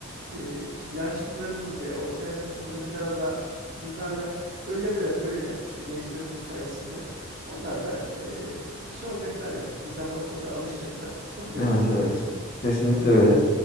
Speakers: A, on the right; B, on the left.
A: e, yaşlılarımız veya orta yaşlı insanların biraz daha bunlarla öyle veya böyle işte gençlerin bu sayesinde onlar da e, şey olacaklar yani bir zaman sonra alışacaklar, kabul edecekler
B: Evet evet.
A: yani.
B: Kesinlikle öyle.